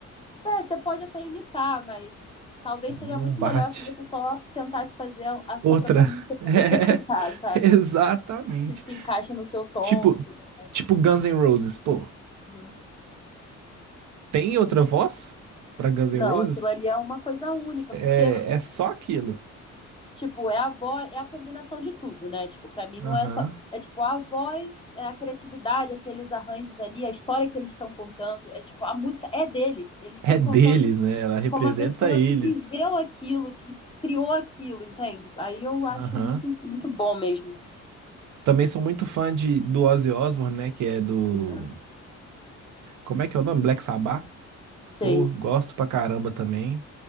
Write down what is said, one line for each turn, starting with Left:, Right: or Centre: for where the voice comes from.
Left: é, você pode até imitar, mas talvez
Right: não
Left: seria muito
Right: bate.
Left: melhor se você só tentasse fazer a a sua
Right: Outra.
Left: própria música
Right: <laughs>
Left: pra você <laughs> cantar, sabe?
Right: É, exatamente.
Left: que se encaixa no seu tom
Right: Tipo,
Left: e tudo mais.
Right: tipo Guns N' Roses, pô.
Left: Uhum,
Right: Tem
Left: Sim.
Right: outra voz para Guns
Left: Não,
Right: N' Roses?
Left: aquilo ali é uma coisa única,
Right: É,
Left: porque,
Right: é só aquilo.
Left: tipo, é a voz, é a combinação de tudo, né? Tipo, pra mim não
Right: Aham.
Left: é só. É tipo, a voz, é a criatividade, aqueles arranjos ali, a história que eles estão contando. É tipo, a música é deles. Eles estão
Right: É deles,
Left: contando
Right: né? Ela representa
Left: como a pessoa
Right: eles.
Left: que viveu aquilo, que criou aquilo, entende? Aí eu acho
Right: Aham.
Left: muito, muito bom mesmo.
Right: Também sou muito fã de, do Ozzy Osbourne, né? Que é do.
Left: Uhum,
Right: Como é que é o nome? Black Sabbath? Pô,
Left: Sei.
Right: gosto pra caramba também.